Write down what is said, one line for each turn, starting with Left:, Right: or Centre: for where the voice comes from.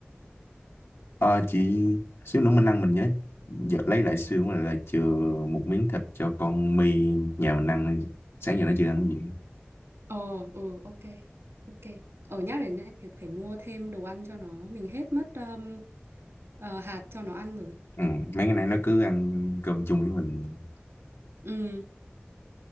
Left: Ờ, chị xíu nữa mình ăn mình nhớ giờ lấy lại xương là, là chừa một miếng thịt cho con My nhà mình ăn sáng giờ nó chưa ăn cái gì
Right: Ờ, ừ, ok, ok. Ở nhắc đến này, phải, phải mua thêm đồ ăn cho nó. Mình hết mất um, ờ, hạt cho nó ăn rồi.
Left: ừ, mấy cái này nó cứ ăn cơm chung với mình
Right: Ừ,